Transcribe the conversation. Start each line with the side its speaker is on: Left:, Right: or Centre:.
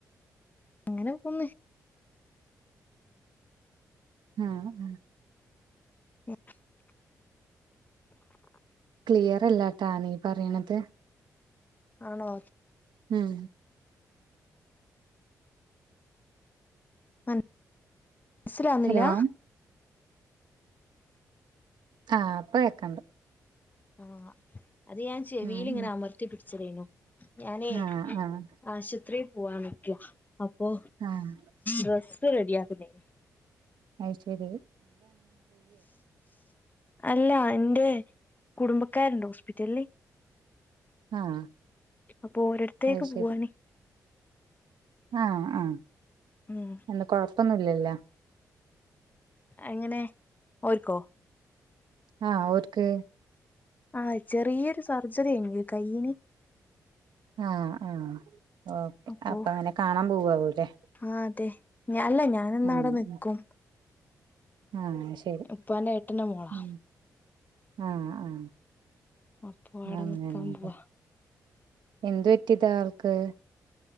Left: ങ്ങനെ പോന്ന്
Right: ആഹ് ആഹ്.
Left: <inaudible> <inaudible>
Right: ക്ലിയറല്ലട്ടാ നീ പറീണത്.
Left: ആണോ
Right: ഉം
Left: മൻ സിലാവ്ന്നില്ല
Right: ഹലോ ആഹ് പ്പ കേക്കാണ്ട്.
Left: ആഹ് അത് ഞാ ചെവീലിങ്ങനെ
Right: ഉം ഉം
Left: അമർത്തി പിടിച്ചതേനു. ഞാനേ
Right: ആഹ് ആഹ്
Left: ആശത്രി പോവാനിക്ക അപ്പൊ
Right: ആഹ്
Left: ഡ്രസ് റെഡി യാക്ന്നെ
Right: അയ് ശെരി
Left: അല്ല എന്റെ കുടുംബക്കാര്ണ്ട് ഹോസ്പിറ്റല്ല്.
Right: ആഹ്
Left: അപ്പൊ ഒരട്ത്തേക്ക്
Right: അയ്ശരി
Left: പൂവാന്
Right: ആഹ് ആഹ്
Left: ഉം
Right: എന്ത കൊഴപ്പൊന്നും ഇല്ല്യല്ല
Left: എങ്ങനെ ഓര്ക്കോ
Right: ആഹ് ഓര്ക്ക്
Left: ആഹ് ചെറിയൊരു സർജറി കയ്ഞ് കയ്യിന്
Right: ആഹ് ആഹ് ഓക്കേ
Left: അപ്പോ
Right: അപ്പ അങ്ങനെ കാണാൻ പോവാവും ല്ലേ
Left: ആഹ് അതെ ഞഅല്ല ഞാന് ന്ന്
Right: ആഹ്
Left: അവടെ നിക്കും
Right: ആഹ് ശരി
Left: ഉപ്പാന്റെ ഏട്ടന്റെ മോളാ
Right: ഉം ആഹ് ആഹ്
Left: അപ്പൊ അവിടെ
Right: അങ്ങനെ
Left: നിക്കാൻ
Right: <unintelligible>
Left: പോവാ
Right: എന്ത് പറ്റിതാ ആൾക്ക്